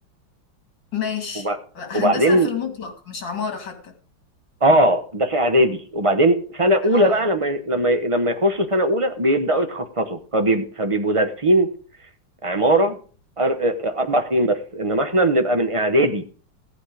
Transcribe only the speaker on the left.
ماشي
هندسة
في المطلق مش عمارة حتى
اه